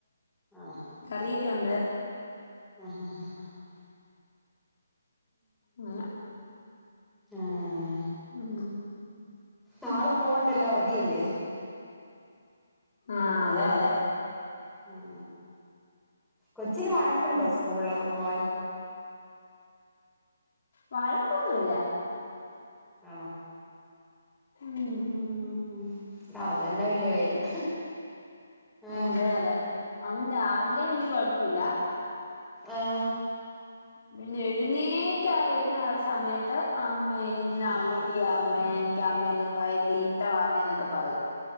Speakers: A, in the centre; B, on the left.
A: ആണോ
B: കറിയൊക്കെ ഒണ്ട്.
A: ആഹ് ഹാ ഹാ
B: നാളെ
A: ആഹ്
B: മ്
A: നാളെ പോണ്ടല്ലോ അവധിയല്ലേ.
B: ആഹ് അതെ അതെ.
A: മ് കൊച്ചിന് വഴക്കുണ്ടോ സ് സ്കൂളിലൊക്കെ പോവാൻ
B: വഴക്കൊന്നുല്ല.
A: ആണോ?
B: മ്
A: ഉം ഉം അത് തന്നെ വല്യ കാര്യം ആഹ്
B: അതെ അതെ അവൻ രാവിലെ വല്യ കൊഴപ്പില്ല
A: ആഹ്
B: പിന്നെ എഴുന്നേറ്റാ വരുന്നെ ആ ഒരു സമയത്ത് അമ്മേ ഇന്ന്
A: ആഹ്
B: അവധിയമ്മേ എനിക്ക് അമ്മേനെ ഭയങ്കര ഇട്ടവാ അമ്മേയെന്നൊക്ക പറയും